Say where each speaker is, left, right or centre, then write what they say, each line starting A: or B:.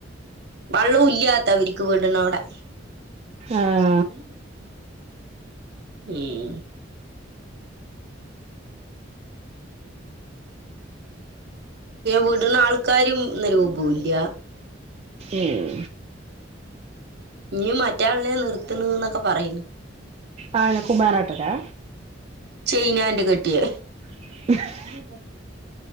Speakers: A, on the right (about 60°); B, on the right (about 35°).
A: വള്ളു ഇല്ലാത്തവര്ക്ക് വിട്ണ അവുടെ
B: ആഹ്
A: അങ്ങനെ ഉം വിട്ണ ആൾക്കരും ഗ്രൂപ്പുല്ല
B: ഉം
A: ഇഞ്ഞ് മറ്റേ ആളിനെ നിർത്ത്ണ്ന്നൊക്കെ പറയുന്നു
B: ആഹ് അനക്കും പെറാട്ടരാ
A: ചെയ്നാണ്ട് കെട്ട്യേ
B: <unintelligible>
A: ഇഞ്ഞ് എന്താട്ട്